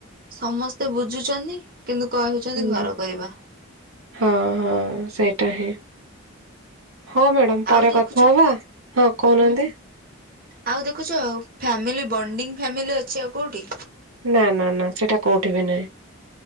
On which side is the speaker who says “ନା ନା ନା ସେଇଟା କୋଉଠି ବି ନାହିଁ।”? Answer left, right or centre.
Right